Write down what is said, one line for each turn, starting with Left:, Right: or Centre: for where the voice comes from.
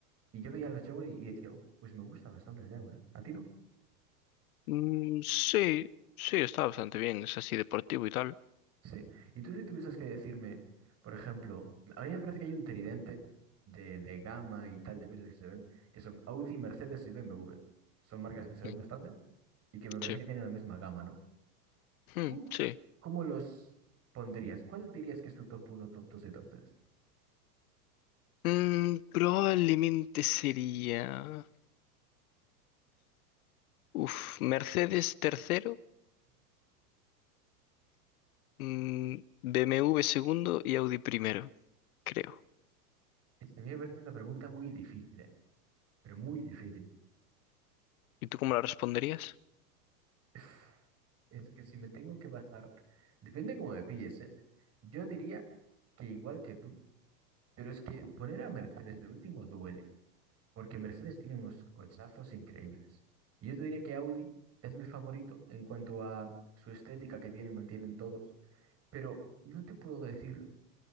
Right: y yo veía los Jaguar y, y decía, "Uh, pues me gusta bastante el Jaguar, ¿eh? ¿A ti no?
Left: Mm, sí, sí, está bastante bien, es así deportivo y tal.
Right: Sí. Y tú si tuvieses que decirme, por ejemplo, a mí me parece que hay un tridente de, de gama y tal de coches que se ven, que son Audi, Mercedes y BMW. Son marcas que se ven
Left: Mm.
Right: bastante y que me parece
Left: Sí,
Right: que tienen la misma gama, ¿no?
Left: Mm,
Right: ¿Tú
Left: sí.
Right: cómo los pondrías? ¿Cuál dirías que es tu top 1, top dos y top 3?
Left: Mm, probablemente sería... Uf, Mercedes tercero, mm, BMW segundo y Audi primero, creo.
Right: Es que a mí me parece una pregunta muy difícil, ¿eh? Pero muy difícil.
Left: ¿Y tú cómo la responderías?
Right: <laughs> Es que si me tengo que basar, depende cómo me pilles, ¿eh? Yo diría que igual que tú. Pero es que poner a Mercedes de último duele, porque Mercedes tiene unos cochazos increíbles. Y yo te diré que Audi es mi favorito en cuanto a su estética que tienen, mantienen todos. Pero no te puedo decir,